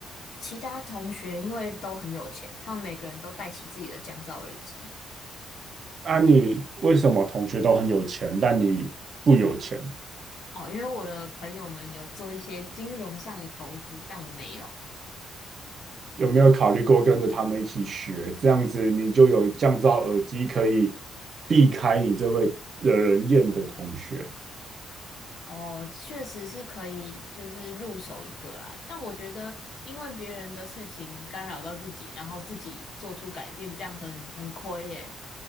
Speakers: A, on the left; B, on the right.
A: 其他同学因为都很有钱，他们每个人都戴起自己的降噪耳机。
B: 啊，你为什么同学都很有钱，但你不有钱？
A: 哦，因为我的朋友们有做一些金融上的投资，但我没有。
B: 有没有考虑过跟着他们一起学？这样子你就有降噪耳机，可以避开你这位惹人厌的同学
A: 哦，确实是可以，就是入手一个啦。但我觉得，因为别人的事情干扰到自己，然后自己做出改变，这样很很亏耶。